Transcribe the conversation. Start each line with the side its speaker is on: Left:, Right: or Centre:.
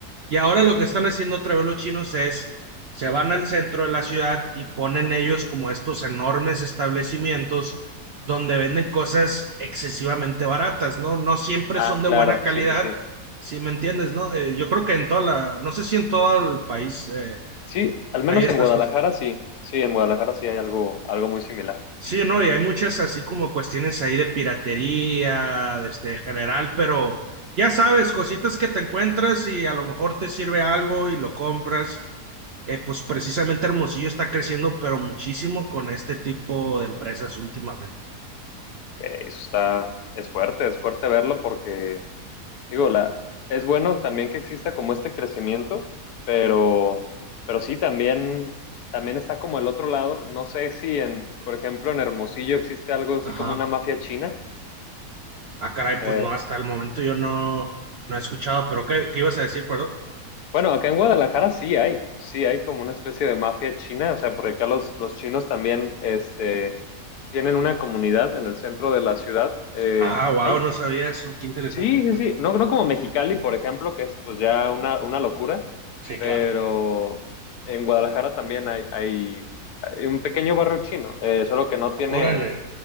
Right: Y ahora lo que están haciendo otra vez los chinos es, se van al centro de la ciudad y ponen ellos como estos enormes establecimientos donde venden cosas excesivamente baratas, ¿no? No siempre
Left: Ah,
Right: son de
Left: claro,
Right: buena calidad,
Left: sí, sí, sí.
Right: si me entiendes, ¿no? Eh, yo creo que en toda la, no sé si en todo el país eh,
Left: Sí, al menos
Right: hay estas
Left: en Guadalajara
Right: cosas.
Left: sí. Sí, en Guadalajara sí hay algo, algo muy similar.
Right: Sí, no, y hay muchas así como cuestiones ahí de piratería, este, en general, pero ya sabes, cositas que te encuentras y a lo mejor te sirve algo y lo compras. Eh, pues precisamente Hermosillo está creciendo, pero muchísimo con este tipo de empresas últimamente.
Left: Ok, eso está, es fuerte, es fuerte verlo porque Digo, la, es bueno también que exista como este crecimiento, pero, pero sí, también, también está como el otro lado. No sé si en, por ejemplo, en Hermosillo existe algo así
Right: Ajá.
Left: como una mafia china.
Right: Ah, caray,
Left: Eh,
Right: pues no, hasta el momento yo no, no he escuchado, pero ¿qué, qué ibas a decir, perdón?
Left: bueno, acá en Guadalajara sí hay, sí hay como una especie de mafia china, o sea, porque acá los, los chinos también este, tienen una comunidad en el centro de la ciudad. Eh,
Right: Ah, wow,
Left: hay,
Right: no sabía eso, qué interesante.
Left: Sí, sí, sí. No, no como Mexicali, por ejemplo, que es pues ya una, una locura,
Right: Sí,
Left: pero
Right: claro.
Left: en Guadalajara también hay, hay, hay un pequeño barrio chino, eh, solo que no tiene,
Right: Órale,